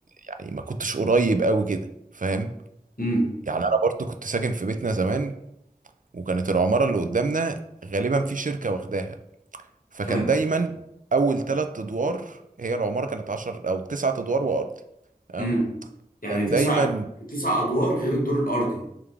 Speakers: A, on the right; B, on the left.
A: يعني ما كنتش قريب أوي كده فاهم
B: امم
A: يعني أنا برضو كنت ساكن في بيتنا زمان وكانت العمارة اللي قدامنا غالبا في شركة واخداها فكان
B: فاهم
A: دايما اول ثلاث ادوار هي العماره كانت 10 او تسعة ادوار وارضي تمام
B: امم يعني
A: كان
B: تسع
A: دايما
B: تسع ادوار غير الدور الارضي